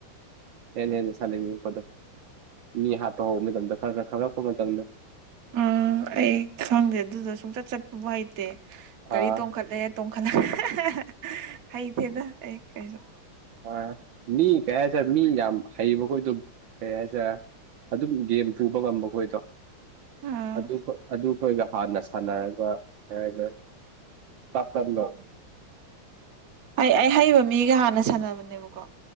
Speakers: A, on the right; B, on the right.
A: ꯍꯦꯟꯅ ꯍꯦꯟꯅ ꯁꯥꯥꯟꯅꯅꯤꯡꯉꯛꯄꯗꯣ ꯃꯤ ꯍꯥꯠꯄ ꯍꯧꯕ ꯃꯇꯝꯗ ꯈꯔ ꯈꯔ ꯈꯪꯉꯛ ꯄ ꯃꯇꯝꯗ
B: ꯑ ꯑꯩ ꯈꯪꯗꯦ ꯑꯗꯨꯗ ꯁꯨꯡꯆꯠ ꯆꯠꯄꯕꯨ ꯍꯩꯇꯦ ꯒꯥꯔꯤ
A: ꯑꯥ
B: ꯇꯣꯡꯈꯠꯂꯦ ꯇꯣꯡꯈꯠꯂ ꯍꯥ ꯍꯥ ꯍꯥ ꯍꯩꯇꯦꯗ ꯑꯩ ꯀꯩꯁꯨ
A: ꯑ ꯃꯤ ꯀꯌꯥ ꯆꯠ ꯃꯤ ꯌꯥꯝ ꯍꯩꯕ ꯈꯣꯏꯗ‌ꯣ ꯀꯩ ꯍꯥꯏꯖꯤꯔꯦ ꯑꯗꯨꯝ ꯒꯦꯝ ꯄꯨꯕ ꯉꯝꯕ ꯑꯩꯈꯣꯏꯗꯣ
B: ꯑꯥ
A: ꯑꯗꯨ ꯑꯗꯨꯈꯣꯏꯒ ꯍꯥꯟꯅ ꯁꯥꯟꯅꯔꯒ ꯍꯥꯏꯅ ꯇꯥꯛꯇꯝꯕ
B: ꯑꯩ ꯑꯩ ꯍꯩꯕ ꯃꯤꯒ ꯍꯥꯟꯅ ꯁꯥꯟꯅꯕꯅꯦꯕꯀꯣ